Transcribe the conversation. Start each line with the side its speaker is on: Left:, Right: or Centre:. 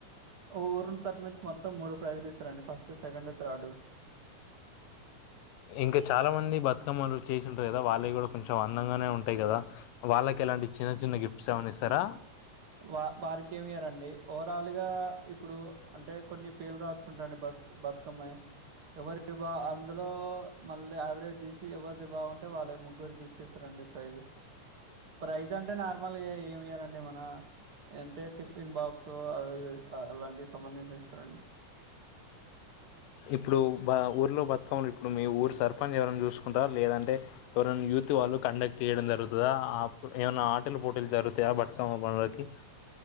Right: ఊరి తరపు నుంచి మొత్తం మూడు ప్రైజులు ఇస్తారండి ఫస్ట్ సెకండ్ త్రార్డ్
Left: ఇంకా చాలా మంది బతుకమ్మలు చేసి ఉంటారు కదా వాళ్ళవి కూడా కొంచెం అందంగానే ఉంటాయి కదా వాళ్ళకి ఎలాంటి చిన్న చిన్న గిఫ్ట్స్ ఏమన్నా ఇస్తారా
Right: వా వారికి ఏం ఇయ్యరండి ఓవరాల్ గా ఇప్పుడు అంటే కొన్ని పేర్లు రాసుకుంటాడి బతుకు బతుక్ కమె ఎవరివి బా అందులో మళ్ళీ యావరేజ్ తీసి ఎవరిది బావుంటే వాళ్ళవి ముగ్గురికి ఇచ్చేస్తారండి ప్రైజ్ ప్రైజ్ అంటే నార్మల్ ఏం ఇయ్యరండి ఏమన్నా అంటే టిఫిన్ బాక్సో అది ఇది అలాంటివి సంబంధించి ఇస్తారండి
Left: ఇప్పుడు బ ఊర్లో బతుకమ్మలు ఇప్పుడు మీ ఊరు సర్పంచ్ ఎవరైనా చూసుకుంటారా లేదంటే ఎవరైనా యూత్ వాళ్ళు కండక్ట్ చేయడం జరుగుతదా అప్పు ఏమన్నా ఆటల పోటీలు జరుగుతయా బతుకమ్మ పనులకి